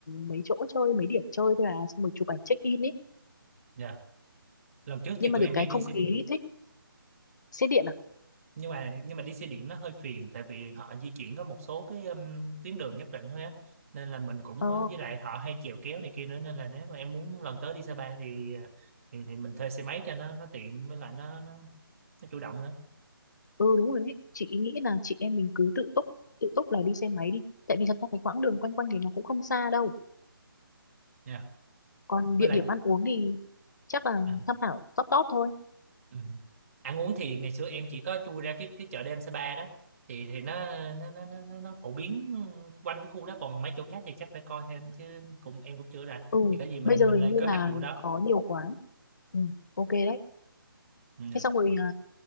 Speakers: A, on the left (about 50°); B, on the right (about 35°).
A: mấy chỗ chơi mấy điểm chơi thôi à xong rồi chụp ảnh check in ấy
B: Dạ. Lần trước
A: nhưng
B: thì
A: mà
B: tụi
A: được
B: em
A: cái
B: hay
A: không
B: đi xe
A: khí
B: điện
A: thích xe điện à
B: nhưng mà nhưng mà đi xe điện nó hơi phiền tại vì họ di chuyển có một số cái um, tuyến đường nhất định thôi á nên là mình cũng
A: ờ
B: ờ, với lại họ hay chèo kéo này kia nữa nên là nếu mà em muốn lần tới đi Sapa thì ờ, thì, thì mình thuê xe máy cho nó nó tiện với lại nó nó, nó chủ động nữa
A: ừ đúng rồi đấy chị ý nghĩ là chị em mình cứ tự túc tự túc là đi xe máy đi tại vì thật ra cái quãng đường quanh quanh thì nó cũng không xa đâu
B: nha
A: còn
B: với
A: địa
B: lại
A: điểm ăn uống thì chắc là
B: ờ,
A: tham khảo top top thôi
B: ừ. ăn uống thì ngày xưa em chỉ có chui ra cái cái chợ đêm Sapa đó thì thì nó nó nó nó, nó nó phổ biến quanh cái khu đó còn mấy chỗ khác thì chắc phải coi thêm chứ cũng em cũng chưa rành
A: ừ
B: thì có gì mình
A: bây giờ
B: mình
A: hình
B: lên
A: như
B: kế
A: là
B: hoạch vụ đó
A: có nhiều quán ừ ok đấy
B: ừ, dạ
A: thế xong rồi à,